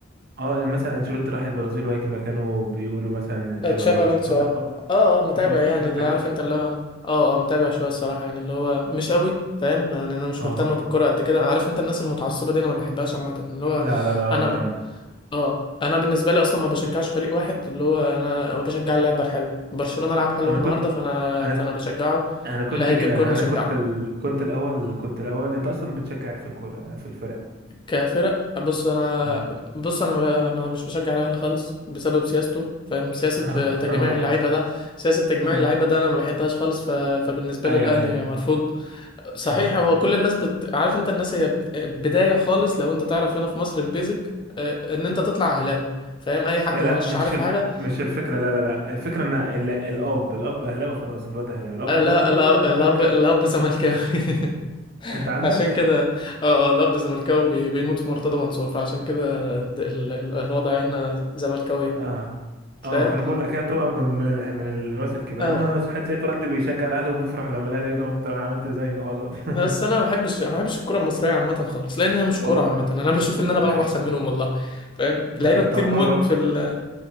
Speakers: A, on the right; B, on the left.
A: اه مثلا انشيلوتي راح البرازيل وهيجي مكانه بيقولوا مثلا تشابي
B: تشابي
A: الونسو
B: الونسو
A: فانت
B: اه
A: بت-
B: اه آه، متابع
A: بتقعد تتابع
B: يعني
A: الحاجات
B: اللي عارف
A: دي
B: انت اللي هو انا اه اه متابع شويه الصراحه يعني اللي هو مش قوي فاهم يعني انا مش
A: اه
B: مهتم بالكوره قد كده عارف انت الناس المتعصبه دي انا ما بحبهاش عامه اللي هو
A: لا لا لا
B: انا
A: لا
B: ب...
A: انا
B: اه انا بالنسبه لي اصلا ما بشجعش فريق واحد اللي هو انا بشجع اللعبه الحلوه برشلونه لعب حلو
A: انا
B: النهارده
A: كنت
B: فانا
A: انا
B: فانا
A: ك-
B: بشجعه
A: انا كنت
B: اللي هيجيب
A: كده
B: جون
A: يعني
B: هشجعه
A: انا كنت ال... كنت الاول كنت الاول انت اصلا بتشجع إيه في الكرة يعني في الفرق
B: كفرق بص انا
A: اه
B: بص انا ب- ما مش بشجع الاهلي خالص بسبب سياسته فاهم سياسه
A: <laughs>
B: آه، تجميع اللعيبه ده سياسه تجميع
A: اه
B: اللعيبه ده انا ما بحبهاش خالص ف... فبالنسبه
A: ايوه
B: لي الاهلي
A: ايوه
B: مرفوض صحيح
A: اه
B: هو كل الناس بت... عارف انت الناس هي آه، بدايه خالص لو انت تعرف هنا في مصر البيزك آه، ان انت تطلع اهلاوي فاهم اي حد
A: هي
B: مش
A: لا مش
B: عارف
A: الف...
B: حاجه
A: مش الفكره لا لا لا الفكره ان ال... الاب الاب اهلاوي خلاص الواد اهلاوي الاب
B: آه، لا
A: زملكاوي
B: لا
A: الواد
B: الاب
A: زملكاوي
B: الاب زملكاوي <laughs>
A: انت عندك
B: عشان كده اه اه الاب زملكاوي بي- بيموت في مرتضى منصور فعشان كده د- ال- ال- الوضع
A: اه
B: هنا زملكاوي
A: اه
B: فاهم
A: آه، فانا بقول لك هي طبعا من من, ال... من الراس الكبير
B: اه
A: انا صحيت لقيت والدي بيشجع الاهلي وبيفرح لما الاهلي يكسب قمت عملت زيه خلاص <laughs>
B: بس انا ما بحبش انا ما بحبش الكره المصريه عامه خالص لان هي مش
A: اه
B: كوره عامه انا بشوف ان انا
A: ده
B: بلعب
A: حقيقي
B: احسن منهم والله فاهم
A: ده
B: لعيبه
A: حقيقي
B: كتير
A: طب
B: موت
A: بره
B: في ال-